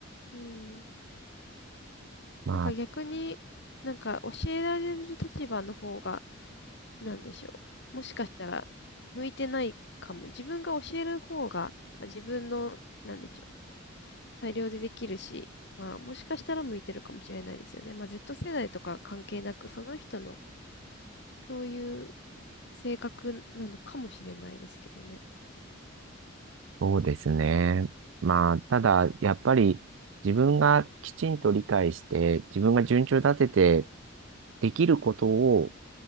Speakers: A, on the left (about 60°); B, on the right (about 65°).
A: うん。
B: まあ、
A: なんか逆に、なんか教えられる立場の方が、なんでしょう。もしかしたら、向いてないかも。自分が教える方が、まあ、自分の、なんでしょう。裁量でできるし、まあ、もしかしたら向いてるかもしれないですよね。まあ、Z 世代とか関係なく、その人の、そういう性格なのかもしれないですけどね。
B: そうですね。まあ、ただ、やっぱり自分がきちんと理解して、自分が順調立てて、できることを